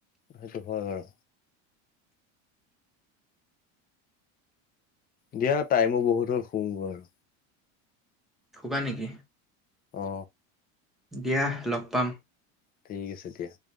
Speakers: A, on the left; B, in the centre.
A: সেইটো হয় বাৰু দিয়া টাইমো বহুত হ'ল শুমগ আৰু
B: হুবা নেকি
A: অ
B: দিয়া লগ পাম
A: ঠিক আছে দতিয়া